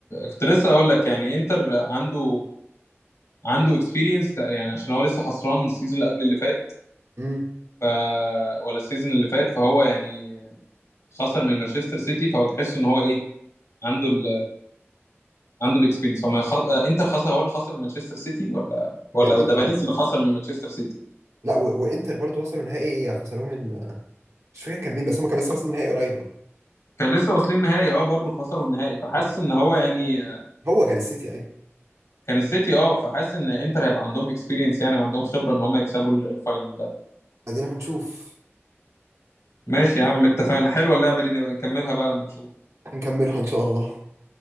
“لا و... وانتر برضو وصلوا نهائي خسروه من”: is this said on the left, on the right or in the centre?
Right